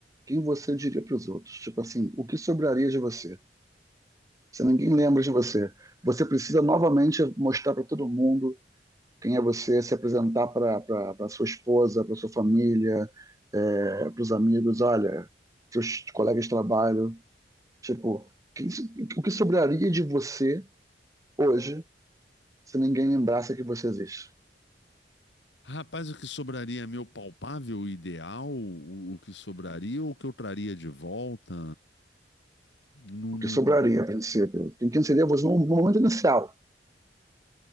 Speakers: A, on the right; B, on the left.
A: quem você diria para os outros. Tipo assim, o que sobraria de você? Se ninguém lembra de você, você precisa novamente mostrar para todo mundo quem é você, se apresentar para para sua esposa, para sua família, é, para os amigos, olha, seus colegas de trabalho. Tipo, quem so- o que sobraria de você hoje se ninguém lembrasse que você existe?
B: Rapaz, o que sobraria é meu palpável ideal? O, o que sobraria ou o que eu traria de volta? Não,
A: O
B: não-
A: que sobraria, a princípio? Quem quem seria você no no momento inicial?